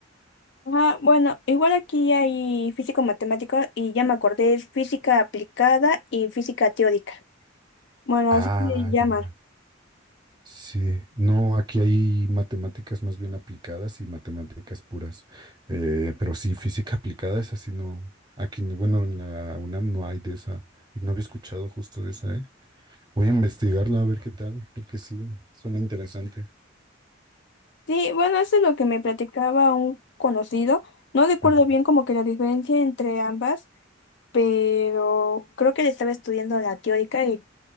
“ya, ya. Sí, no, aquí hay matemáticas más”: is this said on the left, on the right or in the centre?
Right